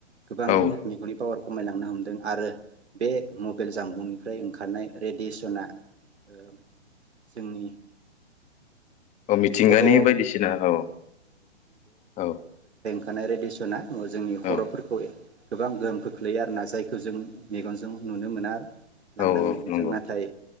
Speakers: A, on the right; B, on the left.
A: गोबाङैनो
B: औ
A: मेगननि पावार खमायलांनो हमदों आरो बे मबाइल जाम्बुंनिफ्राय ओंखारनाय रेडियेसना ओम जोंनि
B: औ मिथिंगानि
A: खर'
B: बायदिसिना औ औ
A: माने रेडिसना जोंनि खर'फोरखौ
B: औ
A: गोबां गोहोम खोख्लै लैयो आरो ना जायखौ जों मेगन जो जों नुनो मोना आरो लांदां
B: औ
A: मैगनजों
B: नंगौ
A: नाथाय